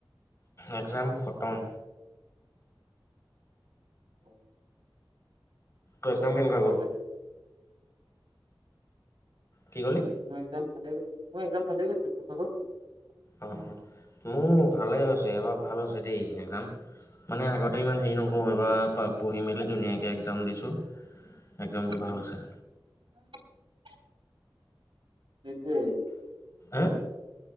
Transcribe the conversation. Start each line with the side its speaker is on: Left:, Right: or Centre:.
Left: একজাম খটম।
Right: অ'।
Left: তোৰ একজাম কেনেকোৱা গ'ল?
Right: একজাম?
Left: কি কলি?
Right: মোৰ একজাম ভালে গৈছে, মোৰ একজাম ভালে গৈছে, তোৰ ভাগৰ?
Left: অ' অ' মোৰ ভালেই হৈছে এইবাৰ ভাল হৈছে দেই একজাম, মানে আগত এই ইমান হেৰি নহয়।
Right: উম
Left: এইবাৰ পঢ়ি মেলি ধুনীয়াকৈ একজাম দিছোঁ। একজামটো
Right: উম
Left: ভাল হৈছে।
Right: <unintelligible> সেইটোৱে
Left: আৰু